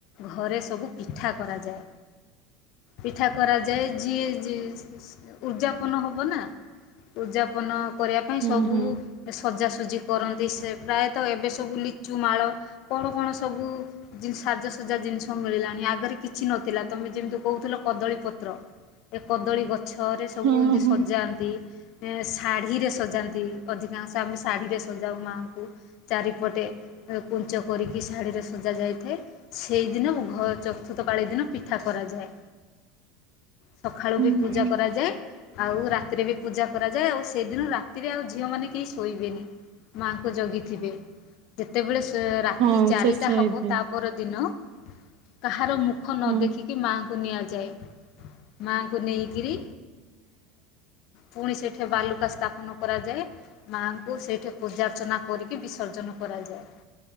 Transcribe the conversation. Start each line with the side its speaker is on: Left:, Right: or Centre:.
Left: ଘରେ ସବୁ ପି ପିଠା କରାଯାଏ ପିଠା କରାଯାଏ ଯିଏ ଉଜାପନ ହବ ନା? ଉଯାପନ କରିବା ପାଇଁ,
Right: ହୁଁ
Left: ସବୁ
Right: ହୁଁ
Left: ସଜା, ସଜି କରନ୍ତି ସେ ପ୍ରାୟତଃ ତ ଏବେ ସବୁ ଲିଚୁ ମାଳ କଣ, କଣ ସବୁ ଜିନ୍ସ୍ ସାଜସଜ୍ଜା ଜିନିଷ ମିଳିଲାଣି ଆ ଆଗରେ କିଛି ନଥିଲା, ତମେ ଯେମିତି କହୁଥିଲ କଦଳୀ ପତ୍ର ସେ କଦ୍ ଗଛରେ ସବୁ
Right: ହଁ
Left: ଏମିତି
Right: ହଁ
Left: ସଜାନ୍ତି। ଶାଢ଼ୀରେ, ସଜାନ୍ତି ଅଧିକାଂଶ ଆମେ ଶାଢ଼ୀରେ ପାଜମାଙ୍କୁ ଚାରିପଟେ କୁଞ୍ଚ। କରିକି ଶାଢ଼ୀରେ ସଜା ଯାଇଥାଏ ସେଇଦିନ ଘ ଚତୁର୍ଥ ପାଳି ଦିନ ପିଠା କରାଯାଏ। ସକାଳୁ
Right: ହୁଁ
Left: ବି ପୂଜା
Right: ହୁଁ
Left: କରାଯାଏ। ଆଉ ରାତିରେ ବି ପୂଜା କରାଯାଏ ଆଉ ସେଦିନ ରାତିରେ ଆଉ ଝିଅ ମାନେ କେହି ଶୋଇବେନି। ମାଙ୍କୁ ଜଗିଥିବେ ଯେତେବେଳେ ସେ ରାତି
Right: ହଁ
Left: ଚାରିଟା
Right: ଶେଷ
Left: ହେବ
Right: ଏଇ ଦିନ
Left: ତା ପର ଦିନ କାହାର ମୁଖ ନ
Right: ହଁ
Left: ଦେଖିକି ମାଆଙ୍କୁ ନିଆଯାଏ। ମାଆଙ୍କୁ ନେଇକିରି ପୁଣି ସେଇଠି ବାଲୁକା ସ୍ଥାପନ କରାଯାଏ। ମାଆଙ୍କୁ ସେଇଠି ପୂଜାର୍ଚ୍ଚନା କରିକି ବିସର୍ଜନ କରାଯାଏ।